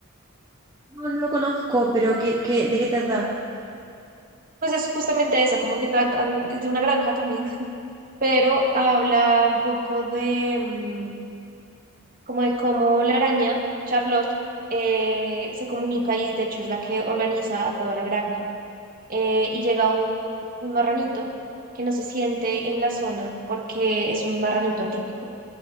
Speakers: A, on the right; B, on the right.
A: No, no lo conozco, pero ¿qué, qué, de qué trata?
B: ¿no? Pues es justamente eso, como que tratan desde una granja también, <laughs> pero habla un poco de mm, como de cómo la araña, Charlotte, eh, se comunica y de hecho es la que organiza a toda la granja. eh, y llega un, un marranito que no se siente en la zona porque es un marranito atípico.